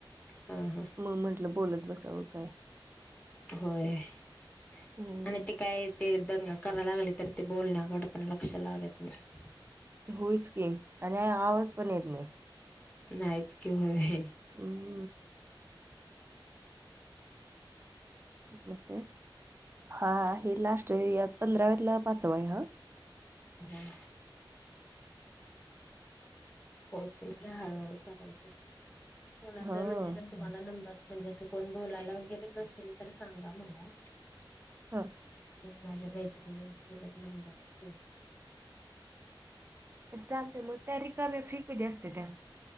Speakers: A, on the left; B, on the right.
A: हम्मं हम्मं
B: मंग म्हटलं बोलतं बसावं कायं
A: होयं
B: हम्म
A: आणि ते कायं ते दंगा करायंला लागले तरं ते बोलण्याकडे पणं लंक्ष लागतं नाहीं
B: होईच की आणि आवांज पणं येतं नाहीं
A: नाहीच किवयं होयं
B: हम्मं - <unintelligible> हां हे लांस्ट पंधराव्यांतला पांचवा आहे हां
A: हम्मं हो ते हळूहळू करायचं कोणाचं
B: हा
A: म्हणजे जरं तुम्हांला नंबर म्हणजे असं कोणं बोलायला वगैरें नसेल तरं सांगा मलां
B: हां
A: माझ्या मैत्रिणी दिले की नंबर ते
B: चालते मंग त्यां रिकाम्या फ्री कमी असते त्यां